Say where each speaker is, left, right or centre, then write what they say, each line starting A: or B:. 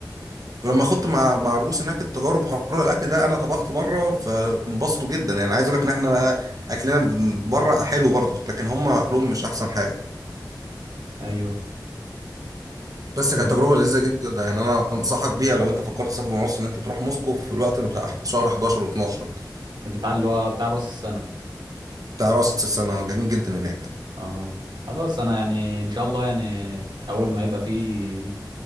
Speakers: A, on the right; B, on the right.
A: ولما خدت مع مع الروس هناك التجارب حوار الاكل ده انا طبخت مره فانبسطوا جدا يعني عايز اقول لك ان احنا اكلنا من بره حلو برضه لكن هم اكلهم مش احسن حاجه
B: ايوه
A: بس كانت
B: آه.
A: تجربه لذيذه جدا يعني انا انصحك بيها لو انت فكرت تسافر من مصر ان انت تروح موسكو في الوقت بتاع شهر 11 و12 ده
B: بتاع اللي هو بتاع راس السنه
A: بتاع راس السنه جميل جدا هناك
B: اه خلاص انا يعني ان شاء الله يعني اول ما يبقى فيه